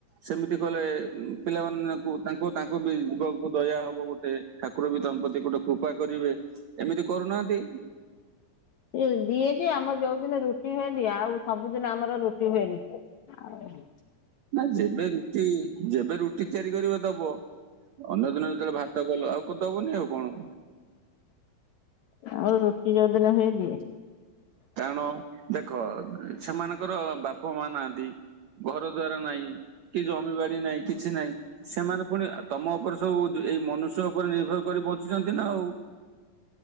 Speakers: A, on the right; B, on the left.
A: ସେମିତି କଲେ ଉଁ ପିଲାମାନଙ୍କୁ ତାଙ୍କୁ ତାଙ୍କୁ ବି ଜିବକୁ ଦୟା ହବ ଗୋଟେ ଠାକୁର ବି ତମ ପ୍ରତି ଗୋଟେ କୃପା କରିବେ। ଏମିତି କରୁନାହାନ୍ତି।
B: ହେଲ ଦିଏ ଯେ ଆମର ଯୋଉ ଦିନ ରୁଟି ହୁଏ ଦିଏ ଆଉ ସବୁଦିନ ଆମର ରୁଟି ହୁଏନି। ଆଉ ହଁ
A: ନାଇଁ ଯେବେ ରୁଟି ଯେବେ ରୁଟି ତିଆରି କରିବ ଦବ। ଅନ୍ୟ ଦିନ ଯେତେବେଳେ ଭାତ କଲ ଆଉ କ ଦବନି ଆଉ କଣ।
B: ଆଉ ରୁଟି ଯୋଉଦିନ ହୁଏ ଦିଏ।
A: କାରଣ ଦେଖ ସେମାନଙ୍କର ବାପ ମା ନାହାନ୍ତି। ଘର ଦ୍ୱାର ନାଇଁ କି ଜମିବାଡ଼ି ନାଇଁ କି ଛି ନାଇଁ ସେମାନେ ଫୁଣି ତମ ଉପରେ ସବୁ ଯେ ଏଇ ମନୁଷ୍ୟ ଉପରେ ନିର୍ଭର କରି ବଞ୍ଚୁଚନ୍ତି ନା ଆଉ।